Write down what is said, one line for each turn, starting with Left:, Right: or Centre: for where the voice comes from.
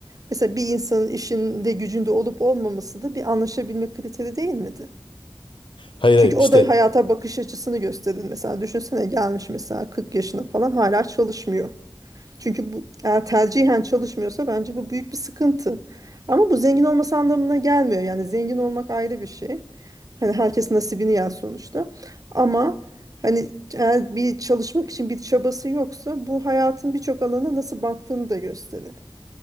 Right: mesela bir insanın işinde gücünde olup olmaması da bir anlaşabilme kriteri değil miydi?
Left: Hayır
Right: Çünkü
Left: hayır
Right: o
Left: işte
Right: da hayata bakış açısını gösterir. Mesela düşünsene gelmiş mesela 40 yaşına falan hala çalışmıyor. Çünkü bu eğer tercihen çalışmıyorsa bence bu büyük bir sıkıntı. Ama bu zengin olması anlamına gelmiyor. Yani zengin olmak ayrı bir şey. Hani herkes nasibini yer sonuçta. Ama hani eğer bir çalışmak için bir çabası yoksa bu hayatın birçok alana nasıl baktığını da gösterir.